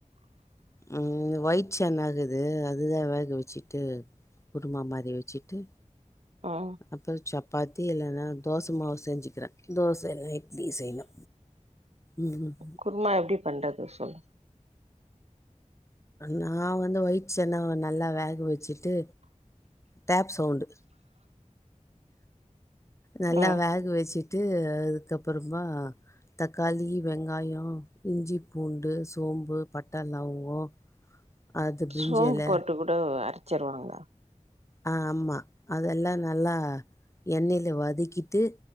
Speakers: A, on the left (about 20°); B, on the right (about 55°).
A: உம் ஒயிட் சேன் ஆகுது அதுதா வேக வச்சுட்டு குருமா மாரி வச்சுட்டு
B: ம்
A: அப்றோ சப்பாத்தி த்தி இல்லனா தோசை மாவு செஞ்சுக்கிறே தோச இல்லனா இட்லி செய்யணு ம் ம்
B: குருமா எப்டி பண்றது சொல்லு
A: நா வந்து வைட் சன்னா நல்லா வேக வச்சுட்டு டேப் சவுண்டு நல்லா
B: ம்
A: வேக வச்சுட்டு அதுக்கப்பறமா தக்காளி வெங்காயோ இஞ்சி பூண்டு சோம்பு பட்ட லவங்கோ அது பிரிஞ்சி
B: சோம்பு
A: எல
B: போட்டு கூட அரச்சர்வாங்க
A: ஆஹ் ஆமா, அதெல்லாம் நல்லா எண்ணெயில வதக்கிட்டு,